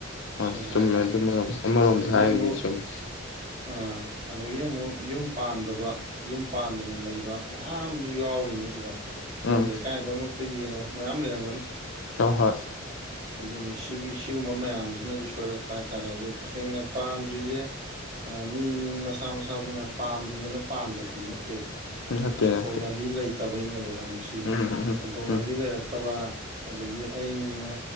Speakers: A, on the left (about 65°); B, on the right (about 35°).
A: ꯍꯣꯏ
B: ꯁꯦꯡꯅ
A: ꯆꯨꯝꯃꯦ
B: ꯍꯥꯏꯔꯀꯥꯟꯗ
A: ꯑꯗꯨꯝ ꯑꯃꯔꯣꯝꯗ
B: ꯑꯗꯒꯤ
A: ꯍꯥꯏꯔꯒꯗꯤ
B: ꯑꯃꯨꯛ
A: ꯆꯨꯝꯃꯦ
B: ꯑ ꯑꯗꯒꯤ ꯑꯃꯨꯛ ꯌꯨꯝ ꯄꯥꯟꯗꯕ ꯌꯨꯝ ꯄꯥꯟꯗꯅ ꯂꯩꯕ ꯃꯌꯥꯝꯁꯨ ꯌꯥꯎꯔꯤꯅꯤ ꯁꯤꯗ ꯅꯪ
A: ꯎꯝ
B: ꯂꯩꯀꯥꯏꯗꯃꯛꯇ ꯌꯦꯡꯉꯨ ꯃꯌꯥꯝ ꯂꯩꯔꯝꯒꯅꯤ
A: ꯇꯧ ꯍꯣꯏ
B: ꯑꯗꯨꯅꯤ ꯁꯤꯒꯤ ꯁꯤꯒꯨꯝꯕ ꯃꯌꯥꯝꯁꯤꯅꯁꯨ ꯁꯣꯏꯔꯛꯄ ꯍꯥꯏꯇꯥꯔꯦ ꯑꯗꯨ ꯇꯁꯦꯡꯅ ꯄꯥꯝꯗ꯭ꯔꯤꯁꯦ ꯑ ꯃꯤ ꯃꯤ ꯃꯁꯥ ꯃꯁꯥꯗꯨꯅ ꯄꯥꯝꯗꯗꯅ ꯄꯥꯟꯗꯕꯗꯤ ꯅꯠꯇꯦꯕ
A: ꯅꯠꯇꯦ
B: ꯁꯦꯟꯊꯣꯛ
A: ꯅꯠꯇꯦ
B: ꯂꯝꯕꯤ ꯂꯩꯇꯕꯩꯅꯦꯕ ꯈꯪꯕ꯭ꯔ ꯁꯤꯖꯦ
A: ꯎꯝ ꯎꯝ
B: ꯊꯣꯡ
A: ꯎꯝ
B: ꯂꯝꯕꯤ ꯂꯩꯔꯛꯇꯕ ꯑꯗꯒꯤ ꯑꯩꯅ